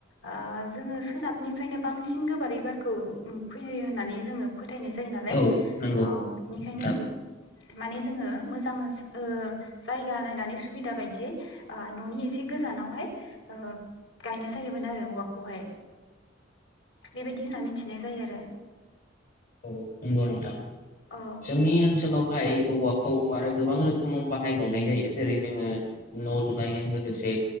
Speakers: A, on the left; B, on the left.
A: ओ जोङो सोनाबनिफ्रायनो बांसिन गोबारै बारखौ ओम फोयो होननानै जोङो फोथायनाय जायो नालाय
B: औ नंगौ
A: औ बेनिखायनो
B: औ
A: माने जोङो मोजां ओ जायगा नायनानै सुबिदा बायदियै ओ न'नि एसे गोजानावहाय ओ गायनाय जायोमोन आरो औवाखौहाय बेबाय बिदि होनना मिथिनाय जायो आरो
B: औ नोंगौ नोंथां
A: औ
B: जोंनि ओनसोलावहाय औवाखौ आरो गोबां रोखोमाव बाहायबावनाय जायो जेरै जोङो न' लुनायजों लोगोसे